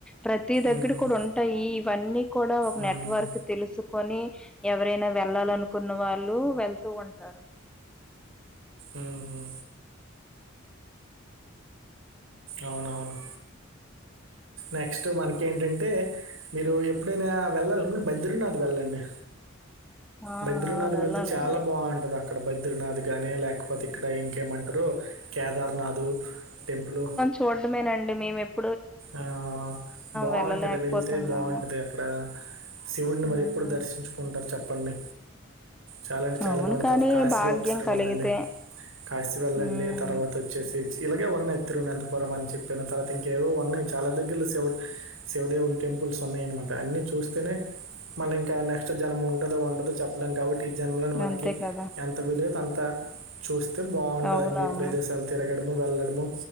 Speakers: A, in the centre; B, on the right.
A: ప్రతీ దగ్గర
B: మ్మ్,
A: కూడా ఉంటాయి ఇవన్నీ కూడా ఒక
B: మ్మ్.
A: నెట్వర్క్ తెలుసుకొని ఎవరైనా వెళ్ళాలనుకున్న వాళ్ళు వెళ్తూ ఉంటారు
B: ఊ ఊ అవునవును నెక్స్ట్ మనకి ఏంటంటే మీరు ఎప్పుడైనా వెళ్ళాలనుకుంటే బద్రీనాథ్ వెళ్ళండి
A: ఆ ఆ
B: బద్రీనాథ్
A: వెళ్ళాలండి
B: వెళ్తే చాలా బావుంటాది అ అక్కడ బద్రనాథ్ గానీ లేకపోతే ఇక్కడ ఇంకేమంటారు కేదార్నాథ్ టెంపులు
A: చూడ్డమేనండి మేమెప్
B: ఆ బావుంటది
A: వెళ్ళలేకపోతున్నాము
B: వెళ్తే బావుంటది అక్కడ శివుడిని మరి
A: మ్మ్
B: ఎప్పుడు దర్శించుకుంటారు చెప్పండి చాలా అంటే చాలా
A: అవును
B: బావుంటంది
A: కానీ
B: కాశీ
A: భాగ్యం
B: ఒకసారి
A: కలిగితే
B: వెళ్ళండి కాశీ వెళ్ళండి
A: మ్మ్
B: తర్వాత చ్చేసే ఇలాగే ఉన్నాయి తిరువనంతపురం అని చెప్పిన తర్వాత ఇంకేవో ఉన్నాయి చాలా దగ్గరలో శివు శివ దేవుని టెంపుల్స్ ఉన్నాయనమాట అన్నీ చూస్తేనే మళ్ళీ ఇంకా నెక్స్ట్ జనం ఉంటదో ఉండదో చెప్పలేం కాబట్ టీ జన్మ లో నే మనకి
A: అంతే కదా
B: ఎంత వీలైతే అంత చూస్తే బావుంటది
A: అవునవును
B: అన్నీ ప్రదేశాలు తిరగడము వెళ్లడము